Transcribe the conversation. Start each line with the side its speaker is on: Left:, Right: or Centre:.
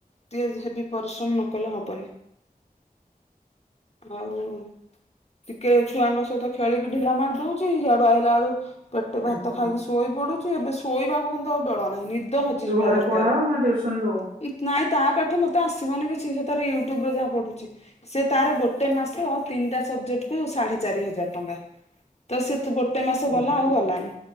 Left: ଟିଏ ହେବି ପରିଶ୍ରମ ନ କଲେ ହବନି। ବୋଉ ଟିକେ ଛୁଆଙ୍କ ସହିତ ଖେଳିକି ଢିଲା ମାରି ଦଉଛି। ହିଆଡୁ ଆଇଲା ବେଳୁ ପେଟେ
Right: ଉଁ
Left: ଭାତ
Right: ହୁଁ
Left: ଖାଇକି ଶୋଇ ପଡୁଛି। ଏବେ ଶୋଇବାକୁ କିନ୍ତୁ ଆଉ ବେଳ ନାହି। ନିଦ ପହଞ୍ଚି
Right: ତୁ
Left: ଯିବା
Right: ଘରେ
Left: ଦରକାର
Right: ପଢାଉ ନା ଟ୍ୟୁସନ ଦଉ?
Left: <unintelligible> ତା ପାଠ ମୋତେ ଆସିବନି କିଛି ଯେ ତାର ୟୁଟ୍ୟୁବରେ ଯାହା ପଢୁଛି। ସେ ତାର ଗୋଟେ ମାସ ତିନିଟା ସ ସବଜେକ୍ଟ କୁ ସାଢ଼େ ଚାରି ହଜାର ଟଙ୍କା ତ <unintelligible>
Right: ଉ ହୁଁ
Left: ଆଉ ଗଲାନି